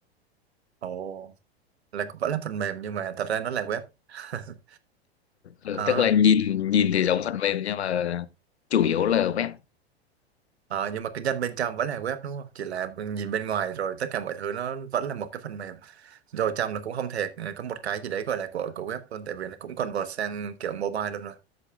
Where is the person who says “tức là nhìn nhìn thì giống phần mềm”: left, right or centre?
Left